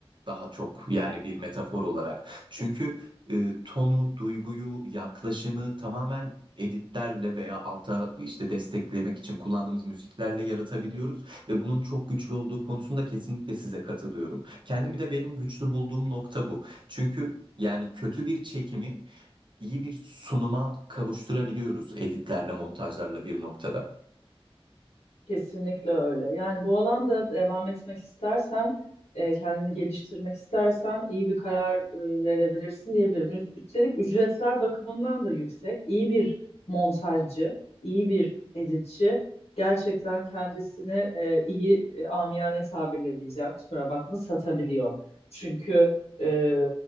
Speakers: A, on the right; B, on the left.
A: Daha çok yani bir metafor olarak. Çünkü e, tonu, duyguyu, yaklaşımı tamamen editlerle veya alta işte desteklemek için kullandığımız müziklerle yaratabiliyoruz ve bunun çok güçlü olduğu konusunda kesinlikle size katılıyorum. Kendimi de benim güçlü bulduğum nokta bu. Çünkü yani kötü bir çekimi iyi bir sunuma kavuşturabiliyoruz editlerle, montajlarla bir noktada.
B: Kesinlikle öyle. Yani bu alanda devam etmek istersen, e, kendini geliştirmek istersen iyi bir karar e, verebilirsin diyebilirim. Üst- Üstelik ücretler bakımından da yüksek. İyi bir montajcı, iyi bir editçi gerçekten kendisini e, iyi e, amiyane tabirle diyeceğim. Kusura bakma satabiliyor. Çünkü e,